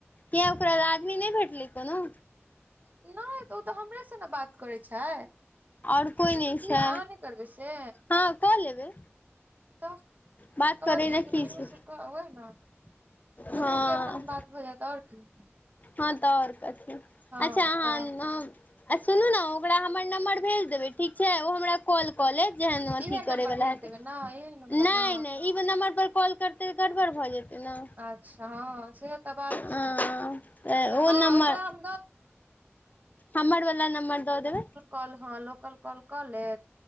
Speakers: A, on the left; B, on the right.
A: किये ओकरा आदमी नै भेटलै कोनो?
B: नै तऽ ओ तऽ हमरे से न बात करै छै।
A: और कोय नै
B: किया
A: छै
B: अहाँ नहि करबै से
A: हँ कऽ लेबै।
B: तऽ
A: बात
B: कहलियै
A: करै लए
B: जे
A: की
B: मीनू
A: छै
B: से कहै नऽ
A: हँ
B: दुनू के अपन बात- हो जाता आर क <unintelligible>
A: हँ तऽ आओर कथी
B: हँ
A: अच्छा अहाँ?
B: तऽ
A: आ सुनू ने ओकरा हमर नम्बर भेज देबै ठीक छै ओ हमरा कॉल कऽ लेत, जेहन अथी
B: इहे
A: करैवला
B: नम्बर भेज
A: हेतै
B: देबै ने इहे नम्बर
A: नहि
B: ने
A: नहि ई नम्बर पर कॉल करतै तऽ गड़बड़ भऽ जेतै, ने
B: अच्छा हँ सेह तऽ बात
A: हँ
B: छै तब
A: तऽ ओ
B: हँ
A: नम्बर
B: ओकरा? <unintelligible>
A: हमर वला नम्बर दऽ देबै
B: कॉल हँ लोकल कॉल कऽ लेत,